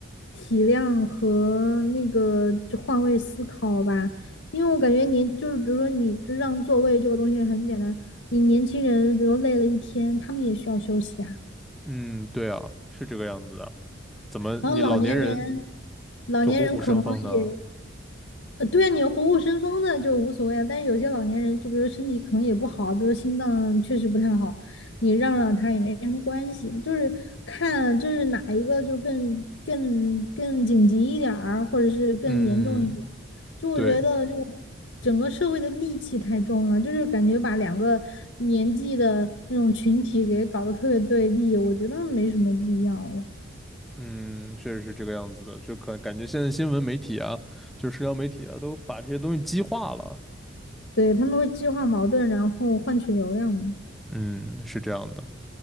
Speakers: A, on the left; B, in the centre.
A: 体谅和那个就换位思考吧。因为我感觉年就是比如说你让座位这个东西很简单，你年轻人比如说累了一天，他们也需要休息啊。
B: 嗯，对啊，是这个样子的。怎么你老年人
A: 然后老年人，老年人可能也
B: 就虎虎生风呢？
A: 呃，对啊，你虎虎生风的就无所谓啊，但是有些老年人，就比如说身体可能也不好，比如说心脏确实不太好，你让让他也没什么关系，就是看就是哪一个就更更更紧急一点儿，或者是更严重一点。
B: 嗯，
A: 就我觉得，
B: 对。
A: 就整个社会的戾气太重了，就是感觉把两个年纪的那种群体给搞得特别对立，我觉得没什么必要了。
B: 嗯，确实是这个样子的，就可感觉现在新闻媒体啊，就是社交媒体啊，都把这些东西激化了。
A: 对，他们会激化矛盾，然后换取流量嘛。
B: 嗯，是这样的。